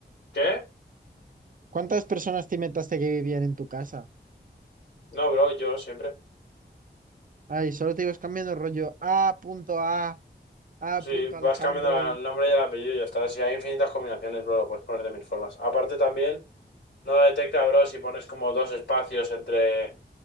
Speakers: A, on the left; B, on the right.
A: ¿Qué?
B: ¿Cuántas personas te inventaste que vivían en tu casa?
A: No, bro, yo siempre.
B: Ay, solo te ibas cambiando el rollo A punto A, A
A: Sí,
B: punto
A: vas
B: Alejandro.
A: cambiando la- el nombre y el apellido y ya está. Si hay infinitas combinaciones, bro, lo puedes poner de mil formas. Aparte también... No lo detecta, bro, si pones como dos espacios entre...